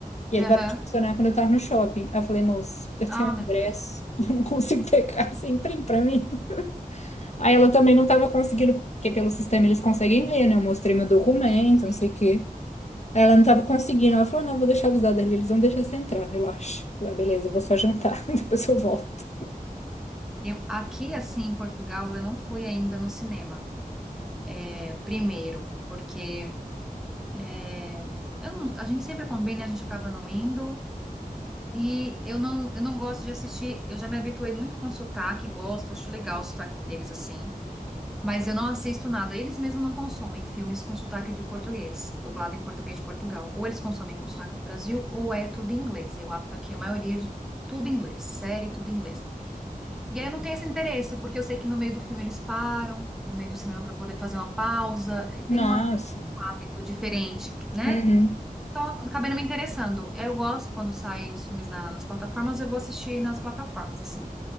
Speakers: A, on the left; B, in the centre.
A: E ele
B: Aham.
A: parou de funcionar quando eu tava no shopping. Aí eu falei, moça, eu
B: Ah,
A: tenho um
B: meu
A: ingresso,
B: Deus.
A: <laughs> eu não consigo pegar, você imprime pra mim. Aí ela também não tava conseguindo, porque pelo sistema eles conseguem ver, né? Eu mostrei meu documento,
B: Sim, sim.
A: não sei o quê. Ela não tava conseguindo. Ela falou: não, vou deixar avisada ali, eles vão deixar você entrar, relaxa. Eu Falei, ah, beleza, eu vou só jantar, <laughs> depois eu volto.
B: Eu, aqui, assim, em Portugal, eu não fui ainda no cinema. É, primeiro, porque é, eu não- a gente sempre combina e a gente acaba não indo. E eu não, eu não gosto de assistir. Eu já me habituei muito com sotaque, gosto, acho legal o sotaque deles assim. Mas eu não assisto nada. Eles mesmos não consomem filmes com sotaque de português, dublado em português de Portugal. Ou eles consomem com sotaque do Brasil, ou é tudo em inglês. E o hábito aqui, a maioria de tudo em inglês, série, tudo em inglês. E aí eu não tenho esse interesse, porque eu sei que no meio do filme eles param, no meio do cinema para poder fazer uma pausa, eh,
A: Nossa.
B: tem uma- um hábito diferente, né?
A: Uhum.
B: Então eu acabei não me interessando. Eu gosto quando saem os filmes na- nas plataformas, eu vou assistir nas plataformas, assim.